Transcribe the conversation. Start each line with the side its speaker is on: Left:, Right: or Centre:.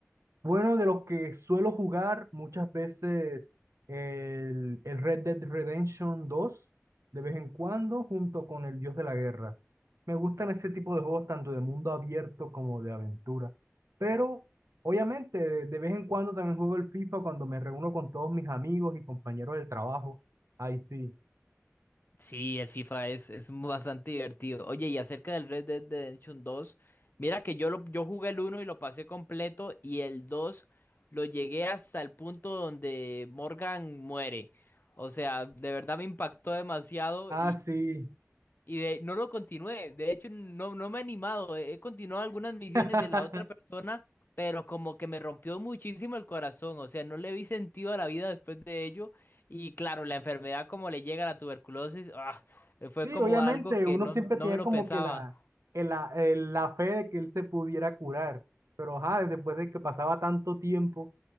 Right: Bueno, de los que suelo jugar muchas veces el, el Red Dead Redemption dos de vez en cuando, junto con el Dios de la Guerra. Me gustan ese tipo de juegos tanto de mundo abierto como de aventura. Pero, obviamente, de, de vez en cuando también juego el FIFA cuando me reúno con todos mis amigos y compañeros del trabajo. ahí sí.
Left: Sí, el FIFA es, es bastante divertido. Oye, y acerca del Red Dead Redemption 2, mira que yo, lo, yo jugué el uno y lo pasé completo y el 2 lo llegué hasta el punto donde Morgan muere. O sea, de verdad me impactó demasiado
Right: Ah, sí.
Left: y de, no lo continué. De hecho, no, no me he animado. He continuado algunas misiones
Right: <laughs>
Left: de la otra persona, pero como que me rompió muchísimo el corazón. O sea, no le vi sentido a la vida después de ello. Y claro, la enfermedad como le llega a la tuberculosis, ah, fue
Right: Sí,
Left: como
Right: obviamente,
Left: algo que
Right: uno
Left: no,
Right: siempre
Left: no
Right: tenía
Left: me lo
Right: como
Left: pensaba.
Right: que la, el- la, el- la fe de que él te pudiera curar, pero ajá, después de que pasaba tanto tiempo,